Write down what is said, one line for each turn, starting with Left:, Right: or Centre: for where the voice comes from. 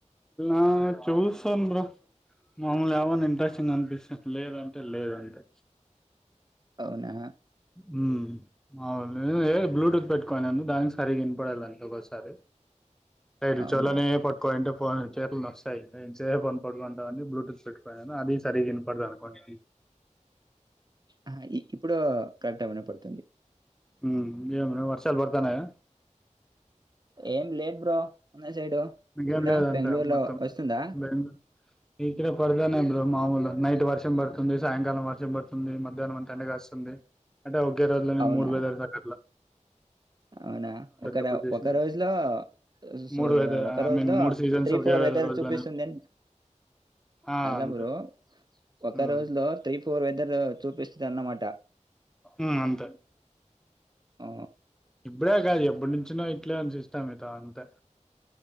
Centre: ఆ చూస్తాను బ్రో మామూలు ఏవన్నా ఇంట్రెస్టింగ్ అనిపిస్తే లేదంటే లేదంతే.
Right: అవునా
Centre: హ్మ్ అవులే ఏ బ్లూటూత్ పెట్టుకొన్నాను దానికి సరిగా వినపడలే ఒక్కోసారి రెక్ట్
Right: అవునా!
Centre: చెవులనే పట్టుకోని ఉంటే ఫోన్ చేతులు నొ సర్నేను ఎంసేపు ఫోన్ పట్టుకుంటావని బ్లూటూత్ పెట్టుకున్నాను అది సరిగ్గా ఇనపడదు అనుకోని
Right: ఆ ఇప్పుడు కరెక్ట్ వినపడుతుంది.
Centre: ఉ ఏం బ్రో వర్షాలు పడ్తానయా.
Right: ఏం లేదు బ్రో మన సైడు.
Centre: మీకెల్లి
Right: ఇక్కడ
Centre: లే అంతే
Right: బెంగుళూరులో
Centre: మొత్తం
Right: వస్తుందా?
Centre: బెంగ <inaudible> ఇక్కడ పడత్తాన్నాయి బ్రో మామూలు నైట్ వర్షం పడుతుంది, సాయంకాలం వర్షం పడుతుంది, మధ్యాహ్నం అంత ఎండగా వస్తుంది. అంటే ఒకే రోజులోనే
Right: అవునా!
Centre: మూడు వెదర్స్ అన్నట్లు
Right: అవునా ఒక
Centre: ఎప్పుడు
Right: ర
Centre: చూసినా
Right: ఒక రోజులో
Centre: గాని
Right: సు
Centre: మూడు వెదర్
Right: ఒకరోజు
Centre: ఐ మీన్
Right: లో
Centre: మూడు సీజన్స్
Right: త్రి
Centre: ఒకే
Right: ఫోర్ వెదర్
Centre: రోజులోనే
Right: చూపిస్తుంది ఏంది.
Centre: ఆ
Right: హలో
Centre: అంతే
Right: బ్రో ఒక
Centre: హ్మ్
Right: రోజు లో త్రి ఫోర్ వెదర్ వెదర్ చూపిస్తు అన్నమాట
Centre: ఉ అంతే
Right: ఆ
Centre: ఇబ్ర కాజ <unintelligible> ఎప్పటి నుంచినో ఇట్లే ఉంది సిస్టమ్ ఇద అంతే